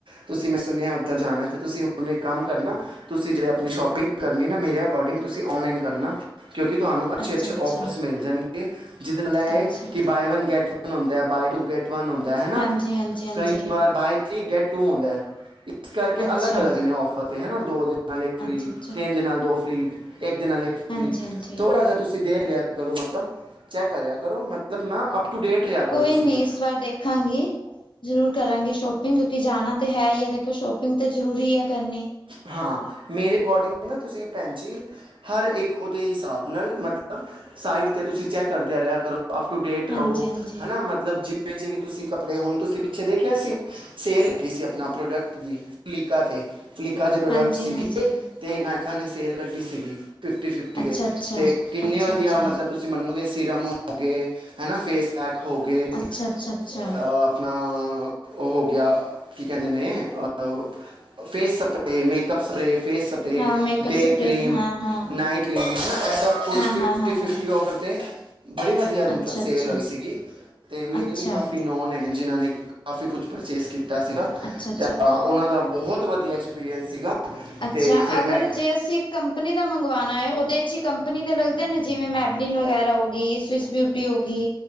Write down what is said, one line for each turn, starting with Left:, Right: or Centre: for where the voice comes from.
Right: ਤੁਸੀਂ ਮੈਂ ਸੁਨੇਆ ਓਧਰ ਜਾਣੈ ਤੇ ਤੁਸੀਂ ਹੁਨ ਇੱਕ ਕੰਮ ਕਰਨਾ ਤੁਸੀ ਜੇੜੀ ਆਪਨੀ ਸ਼ੋਪਿੰਗ ਕਰਨੀ ਨਾ, ਮੇਰੇ ਅਕੋਡਿੰਗ ਤੁਸੀਂ ਓਨਲਾਈਨ ਕਰਨਾ ਕੇਓਂਕਿ ਤੁਆਨੂੰ ਅੱਛੇ-ਅੱਛੇ
Left: ਅੱਛਾ-ਅੱਛਾ।
Right: ਔਫਰਸ ਮਿਲ ਜਾਨਗੇ, ਜਿਦੇ ਨਾਲ ਐ
Left: ਅੱਛਾ,
Right: ਕਿ buy one get buy two get one ਹੁੰਦੈ ਹਨਾ,
Left: ਹਾਂਜੀ-ਹਾਂਜੀ, ਹਾਂਜੀ, ਹਾਂਜੀ ਹਾਂਜੀ
Right: ਕਈ ਵਾਰ ਬਾਏ ਥਰੀ ਗੈਟ ਟੂ ਹੁੰਦੈ ਇਸ ਕਰਕੇ
Left: ਅੱਛਾ,
Right: ਅਲੱਗ-ਅਲੱਗ ਨੇ ਔਫਰ ਤੇ ਹਨਾ ਦੋ ਦੇ ਨਾਲ ਇੱਕ ਫ੍ਰੀ,
Left: ਅੱਛਾ-ਅੱਛਾ।
Right: ਤਿੰਨ ਦੇ ਨਾਲ ਦੋ ਫ੍ਰੀ ਏਕ ਦੇ ਨਾਲ ਏਕ ਫ੍ਰੀ,
Left: ਹਾਂਜੀ-ਹਾਂਜੀ।
Right: ਥੋੜਾ ਜਾ ਤੁਸੀ ਦੇਖ ਲੇਆ ਕਰੋ, ਮਤਲਬ ਚੈੱਕ ਕਰੇਆ ਕਰੋ, ਮਤਲਬ ਨਾ ਅਪ ਟੂ ਡੇਟ ਰਿਹਾ ਕਰੋ
Left: ਕੋਈ
Right: ਤੁਸੀਂ
Left: ਨੀਂ, ਇਸ ਵਾਰ ਦੇਖਾਂਗੀ। ਜਰੂਰ ਕਰਾਂਗੇ ਸ਼ੋਪਿੰਗ ਕਿਉਂਕਿ ਜਾਨਾ ਤੇ ਹੈ ਈ ਐ, ਦੇਖੋ ਸ਼ੋਪਿੰਗ ਤੇ ਜਰੂਰੀ ਐ ਕਰਨੀ।
Right: ਹਾਂ, ਮੇਰੇ ਅਕੋਡਿੰਗ ਨਾ ਤੁਸੀਂ ਭੈੰਜੀ ਹਰ ਇੱਕ ਓਦੇ ਹਿਸਾਬ ਨਾਲ ਮਤਲਬ ਸਾਈਟ ਤੇ ਤੁਸੀ ਚੈੱਕ ਕਰਦੇਆ ਰੇਆ ਕਰੋ। ਅਪ ਟੂ ਡੇਟ
Left: ਹਾਂਜੀ
Right: ਰਓ,
Left: ਹਾਂਜੀ
Right: ਹਨਾ ਮਤਲਬ ਜਿਵੇਂ-ਜਿਵੇਂ ਤੁਸੀ ਕੱਪੜੇ ਹੁਨ ਤੁਸੀਂ ਪਿੱਛੇ ਦੇਖੇਆ ਸੀ ਸੇਲ ਲੱਗੀ ਸੀ, ਆਪਨਾ ਪ੍ਰੋਡਕਟ ਦੀ ਲੀਕਾ ਤੇ ਲੀਕਾ ਦੇ ਪ੍ਰੋਡਕਟ
Left: ਹਾਂਜੀ
Right: ਸੀਗੇ,
Left: ਹਾਂਜੀ
Right: ਤੇ ਨਾਏਕਾ ਨੇ ਸੇਲ ਕੱਢੀ ਸੀਗੀ। ਫਿਫਟੀ-ਫਿਫਟੀ
Left: ਅੱਛਾ
Right: ਦੇ
Left: ਅੱਛਾ
Right: ਤੇ ਕਿੰਨੇ
Left: ਅੱਛਾ
Right: ਵਦੀਆ
Left: ਅੱਛਾ
Right: ਮਤਲਬ ਤੁਸੀਂ ਮੰਨੋਗੇ, ਸੀਰਮ ਹੋਗੇ, ਹੈਨਾ ਫੇਸ ਪੈਕ ਹੋਗੇ
Left: ਅੱਛਾ
Right: ਅ
Left: ਅੱਛਾ ਅੱਛਾ
Right: ਆਪਨਾ ਓ ਹੋ ਗੇਆ, ਕੀ ਕੇਂਦੇ ਨੇ, ਅ ਫੇਸ ਸ <unintelligible> ਮੇਕਅਪ ਸਪਰੇ, ਫੇਸ ਸਪਰੇ,
Left: ਹਾਂ ਮੇਕਅਪ
Right: ਡੇ
Left: ਸਪਰੇ
Right: ਕਰੀਮ
Left: ਹਾਂ ਹਾਂ
Right: ਨਾਈਟ ਕਰੀਮ <unintelligible> ਐ ਸਬ ਕੁਛ
Left: ਹਾਂ
Right: ਫਿਫਟੀ-
Left: ਹਾਂ ਹਾਂ
Right: ਫਿਫਟੀ
Left: ਹਾਂ
Right: ਔਫਰ ਤੇੇ ਬੜੀ ਵਦੀਆ ਮਤਲਬ
Left: ਅੱਛਾ
Right: ਸੇਲ
Left: ਅੱਛਾ
Right: ਹੋਈ ਸੀਗੀ, ਤੇ ਮੇਰੇ
Left: ਅੱਛਾ
Right: ਵੀ ਕਾਫੀ ਨੋਨ ਹੈਗੇ ਜਿੰਨਾਂ ਨੇ ਕਾਫੀ ਕੁਛ ਪਰਚੇਸ ਕੀਤਾ ਸੀਗਾ,
Left: ਅੱਛਾ ਅੱਛਾ
Right: ਤਾਂ ਓਨਾਂ ਦਾ ਬੋਹਤ ਵਦੀਆ ਐਕਸਪੀਰੀਅੰਸ ਸੀਗਾ।
Left: ਅੱਛਾ,
Right: ਤੇ ਫਿਰ
Left: ਅਗਰ
Right: ਮੈਂ
Left: ਜੇ ਅਸੀ ਕੰਪਨੀ ਦਾ ਮੰਗਵਾਨਾ ਐ ਓਦੇ 'ਚ ਕੰਪਨੀ ਦੇ ਲੱਗਦੇ ਨੇ, ਜਿਵੇਂ ਮੈਬਲੀਨ ਵਗੈਰਾ ਹੋਗੀ ਸਵਿਸ ਬਿਊਟੀ ਹੋ ਗੀ